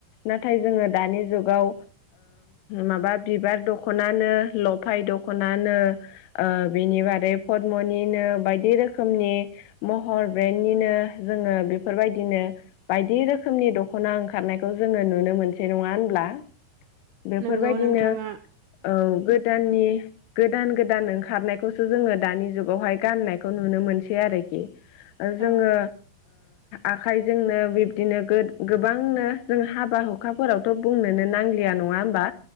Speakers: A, on the left (about 85°); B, on the right (about 80°).
A: नाथाय जोंङो दानि जुगाव। माबा बिबार दखनानो लफाय दखनानो। बेनि बादै पदमनिनो बायदि रोखोम। रोखोमनि महर ब्रेन्डनिनो जोंङो बेफोरबायदिनो। बायदि रोखोमनि दख'ना ओंखारनायखौ जोंङो नुनो मोनसै नङा होनब्ला। बेफोरबायदिनो
B: नंगौ नोंथाङा
A: औ गो। द गोदान गोदान ओंखारनायखौसो जोङो दानि जुगावहाय गाननायखौ मोनसे आरोखि
B: औ
A: जोङो आखाइजोंनो बिब्दिनो गोबांनो जों हाबा हुखाफोरावथ' बुंनोनो नांलिया नङा होमबा